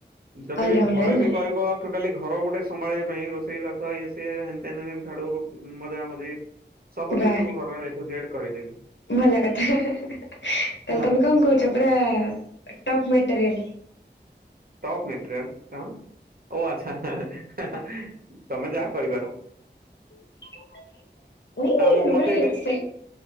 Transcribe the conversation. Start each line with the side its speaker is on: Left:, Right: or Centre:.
Right: ଯଦି
Left: ଅଲରାଉଣ୍ଡର
Right: ବି ଘରେ
Left: ନା।
Right: ବି କହିବ, ଟୋଟାଲି ଘର ଗୋଟେ ସମ୍ଭାଳିବା ପାଇଁ ରୋଷେଇ, ବାସ ଏଇ- ହେନ ଟେନ ଛାଡୁ ମଜା ମଝି ସବୁ
Left: ବା
Right: କିଛି ମୁଁ ଘର ଏଠୁ ଯେଡେ କରିଦେବି।
Left: ଭଲ କଥା। ତାହେଲେ
Right: ହଁ
Left: ତମେ କଣ କହୁଛ, ପୁରା ଟପ୍ ମେଟେରିଆଲ।
Right: ଟପ ମେଟେରିଅଲ କଣ? ଓ ଆଚ୍ଛା। ହା ହା ତମେ ଯାହା କହିପାର।
Left: <unintelligible> ନାଇଁ
Right: ଆମକୁ ମତେ
Left: ମାନେ
Right: ଏବେ
Left: ସେ